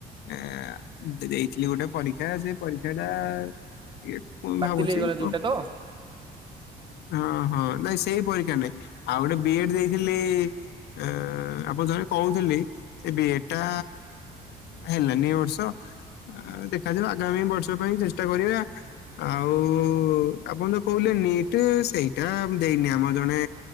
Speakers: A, on the left; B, on the right.
A: ଏ ଦେଇଥିଲି ଗୋଟେ ପରୀକ୍ଷା ସେ ପରୀକ୍ଷା ଟା ଏ ପୁଣି
B: ବାତିଲ
A: ଭାବୁଛି
B: ହେଇଗଲା
A: <inaudible>
B: ଯୋଉଟା ତ
A: ହଁ ହଁ ନାଇଁ ସେଇ ପରୀକ୍ଷା ନାଇଁ ଆଉ ଗୋଟେ ବି ଏଡ୍ ଦେଇଥିଲି ଏଁ ଏଁ ଆପଣ ଜାଣି କହୁଥିଲି ଏ ବି ଏଡ୍ ଟା ହେଲାନି ଏ ବର୍ଷ ଆଁ ଦେଖାଯିବ ଆଗାମୀ ବର୍ଷ ପାଇଁ ଚେଷ୍ଟା କରିବା ଆଉ ଆପଣ ଯୋଉ କହୁଥିଲେ ନିଟ ସେଇଟା ଦେଇନି ଆମର ଜଣେ